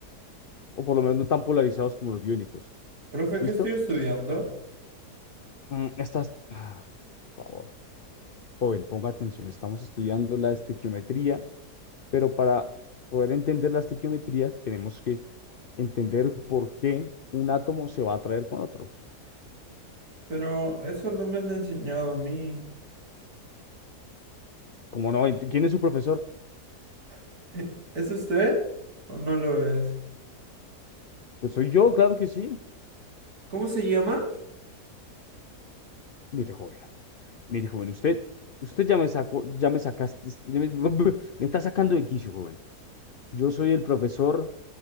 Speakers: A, on the left (about 55°); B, on the right (about 65°).
A: o por lo menos no tan polarizados como los iónicos.
B: Profe,
A: ¿Listo?
B: ¿qué estoy estudiando?
A: Mm, Estas, ah, por favor, joven, ponga atención. Estamos estudiando la estequiometría, pero para poder entender la estequiometría tenemos que entender por qué un átomo se va a atraer con otro.
B: Pero eso no me han enseñado a mí.
A: ¿Cómo no? Ent- ¿Quién es su profesor?
B: <laughs> ¿Es usted o no lo es?
A: Pues soy yo, claro que sí.
B: ¿Cómo se llama?
A: Mire, joven, mire, joven, usted, usted ya me sacó, ya me sacaste, ya me, <laughs> me está sacando de quicio, joven. Yo soy el profesor